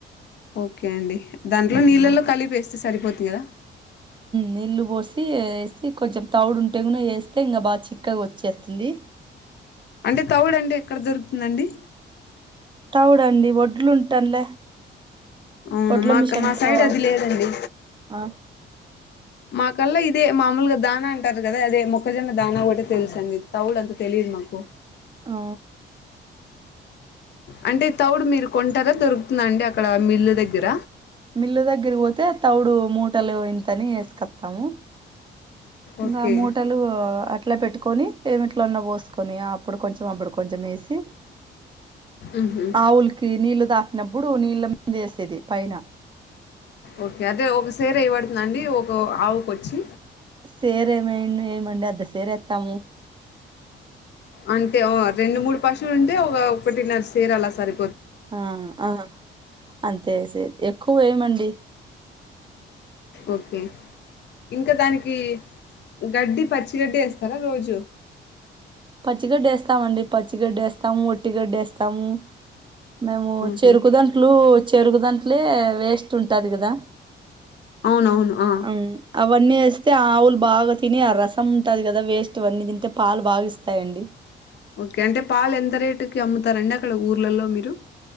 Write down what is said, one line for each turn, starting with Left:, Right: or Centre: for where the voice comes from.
Left: ఓకే అండి దాంట్లో
Right: ఉమ్
Left: నీళ్ళల్లో కలిపి ఎస్తే సరిపోది కదా
Right: నీళ్లు పోసి ఏసీ కొంచెం తౌడు ఉంటే కూడా వేస్తే ఇంకా బాగా చిక్కగా వచ్చేస్తుంది
Left: అంటే తౌడు అంటే ఎక్కడ దొరుకుతుందండి
Right: తవుడండి ఒడ్లు ఉంటండ్ల
Left: అవును
Right: వడ్ల
Left: మాకు
Right: మిషన్
Left: మా
Right: లో
Left: సైడ్ అది లేదండి
Right: <unintelligible>
Left: మాకల్లా ఇదే మామూలుగ దాన అంటారు కదా అదే మొక్కజొన్న దాన ఒకటే తెలుసండి తౌడు అంత తెలిదు మాకు
Right: ఆ
Left: అంటే తౌడు మీరు కొంటారా దొరుకుతుందా అండి అక్కడ మిల్లు దగ్గర
Right: మిల్లు దగ్గర పోతే తౌడు మూటలు ఇంతని ఏసుకొత్తము ఇంగ
Left: ఓకే
Right: మూటలు <unintelligible> అట్లా పెట్టుకొని ఏమిట్లాన్న పోసుకొని అప్పుడు కొంచెం అప్పుడు కొంచెం ఏసి
Left: ఉహు
Right: ఆవులికి నీళ్లు తాపినప్పుడు నీళ్ళ మింద ఏసేది పైన
Left: ఓకే అదే ఒక సేర్ ఎయ్య వడుతుందా అండి ఒక ఆవుకి వచ్చి
Right: సేరు ఏమ్ ఏయమండి అద్ద సేరు ఏస్తాము
Left: అంటే ఓ రెండు మూడు పశువులు ఉంటే ఒక ఒకటిన్నరా సేర్ అల సర్
Right: ఆ ఆ అంతేసెది ఎక్కువేయమండి
Left: ఓకే ఇంక దానికి గడ్డి పచ్చిగడ్డి ఏస్తార రోజు
Right: పచ్చి గడ్డి ఏస్తామండి పచ్చి గడ్డి ఏస్తాము ఒట్టి గడ్డి ఎస్తాము మేము
Left: ఆహా
Right: చెరుకుదంట్లు చెరుకుదంట్లే వేస్ట్ ఉంటాది కదా
Left: అవునవును ఆ
Right: అవును అవన్నీ ఏస్తే ఆవులు బాగా తిని ఆ రసం ఉంటది కదా వేస్ట్ అవన్నీ తింటే పాలు బాగ ఇస్ తయండి
Left: ఒకే అంటే పాలు ఎంత రేటు కి అమ్ముతారండి అక్కడ ఊర్లలో మీరు